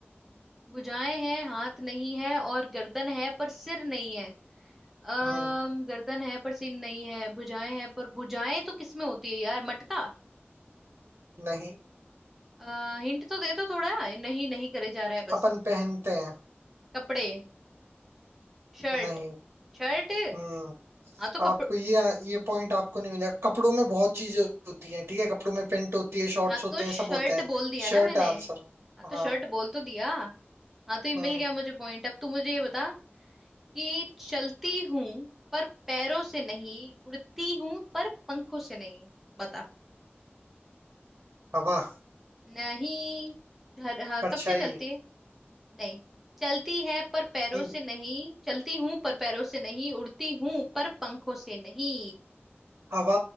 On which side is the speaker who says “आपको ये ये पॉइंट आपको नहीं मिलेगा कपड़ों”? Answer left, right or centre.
Right